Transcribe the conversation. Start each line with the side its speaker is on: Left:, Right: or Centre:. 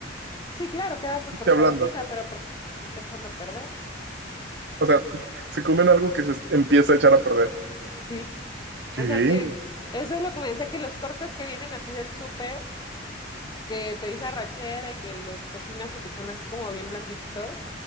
Left: Sí, claro, queda súper
Right: y se ablanda.
Left: suavecita, pero porque pues se está echando a perder.
Right: O sea, <laughs> se comen algo que se est- empieza a echar a perder.
Left: Sí.
Right: ¿Qué?
Left: O sea que eso es lo que me decía que los cortes que vienen así del súper, que te dice arrachera y que los cocinas y que están así como bien blandititos,